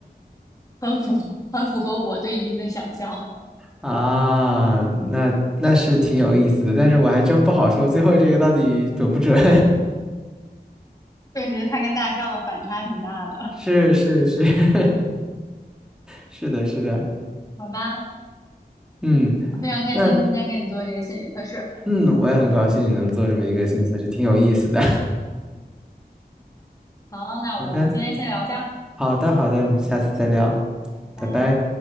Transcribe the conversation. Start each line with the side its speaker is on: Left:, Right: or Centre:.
Left: 很符很符合我对鹰的想象。
Centre: 啊，那那是挺有意思的，但是我还真不好说最后这个到底准不准。<laughs>
Left: 确实，它跟大象的反差挺大的。
Centre: 是是是 <laughs> 是的，是的，
Left: 好吧，
Centre: 嗯，
Left: 我非常开心今天跟你做这个心理测试。
Centre: 那嗯，我也很高兴你能做这么一个新测试，挺有意思的。
Left: 好，那我们今天先聊这儿
Centre: <laughs> 好的，好的，好的，我们下次再聊，
Left: 拜拜。
Centre: 拜拜。